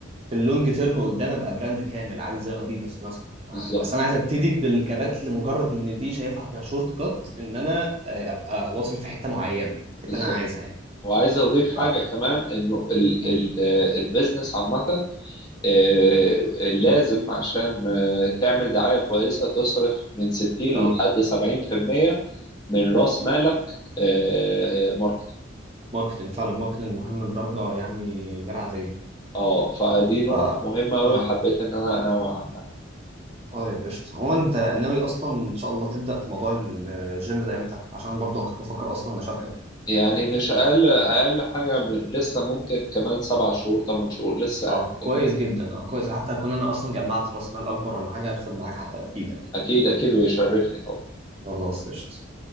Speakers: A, on the right; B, on the left.
A: في اللونج تيرم قدام ابقى براند كامل عادي زي اديداس مثلا يعني
B: بالظبط
A: بس انا عايز ابتدي بالكبات لمجرد ان دي شايفها كشورت كات ان انا آه، ابقى واصل في حته معينه الحته
B: بالظبط
A: اللي انا عايزها يعني
B: وعايز اضيف حاجة
A: ف...
B: كمان انه ال
A: م.
B: ال البيزنس عامة آه، لازم عشان آه، تعمل دعاية كويسة تصرف من 60
A: اه
B: لحد 70% من رأس مالك آه، ماركتينج
A: ماركتنج فعلا ماركتنج مهم لدرجه يعني غير عاديه
B: اه فدي نقطة
A: ف
B: مهمة قوي
A: اه
B: حبيت ان انا انوه عنها
A: طيب قشطة هو انت ناوي اصلا ان شاء الله تبدأ في موضوع الجيم ده امتى عشان برضو انا كنت بفكر اصلا اشاركك
B: يعني مش اقل اقل حاجة من- لسه ممكن كمان سبع شهور ثمان شهور لسه
A: اه
B: يعني
A: كويس جدا اه كويس حتى اكون انا اصلا جمعت راس مال اكبر ولا حاجة ادخل معاك حتى افيدك
B: أكيد أكيد ويشرفني طبعا
A: خلاص قشطة